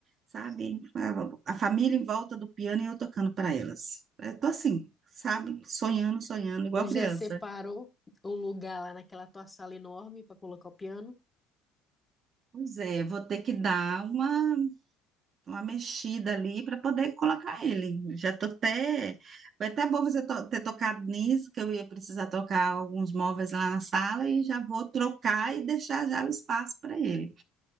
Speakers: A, on the right (about 45°); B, on the left (about 20°).
A: sabe, a, a família em volta do piano e eu tocando para elas. Eu tô assim, sabe, sonhando, sonhando, igual
B: Tu já
A: criança.
B: separou um lugar lá naquela tua sala enorme para colocar o piano?
A: Pois é, vou ter que dar uma, uma mexida ali para poder colocar ele. Já tô até. Foi até bom você to- ter tocado nisso, que eu ia precisar tocar alguns móveis lá na sala e já vou trocar e deixar já o espaço para ele.